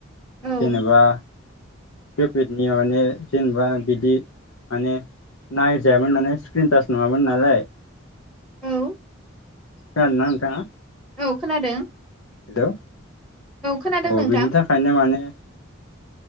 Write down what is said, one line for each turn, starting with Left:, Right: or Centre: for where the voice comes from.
Centre: औ
Left: जेनोबा‌ किपेदनिया माने जेनोबा बिदि माने नाय जायामोन‌ माने स्क्रिन टास नङामोन नालाय।
Centre: औ
Left: खोनादो‌ना नोंथाङा?
Centre: औ खोनादों।
Left: हेलौ,
Centre: खोनादों
Left: औ
Centre: नोंथां
Left: बिनि थाखायनो माने